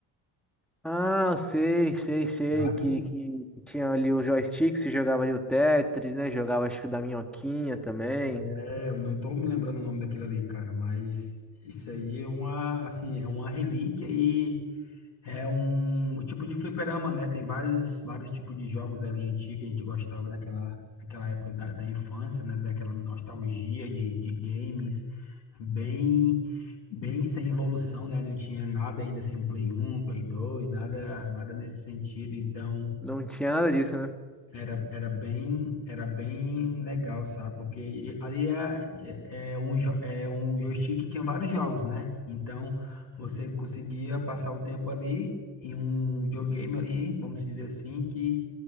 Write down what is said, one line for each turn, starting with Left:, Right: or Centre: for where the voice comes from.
Centre: Ah, eu sei, sei, sei,
Left: sabe?
Centre: que, que, que tinha ali o joystick, você jogava ali o Tetris, né? Jogava acho que o da Minhoquinha também.
Left: É, eu não tô me lembrando o nome daquilo ali, cara. Mas isso aí é uma, assim, é uma relíquia e É um tipo de fliperama, né? Tem vários, vários tipos de jogos ali antigos que a gente gostava daquela, daquela época da, da infância, né? Daquela nostalgia de, de games bem, bem sem evolução, né? Não tinha nada ainda assim, um Play 1, Play 2, nada, nada nesse sentido. Então,
Centre: Não tinha nada disso, né?
Left: era, era bem, era bem legal, sabe? Porque ali é, é é um, jo- é um joystick que tinha vários jogos, né? Então, você conseguia passar o tempo ali em um videogame ali, vamos dizer assim, que,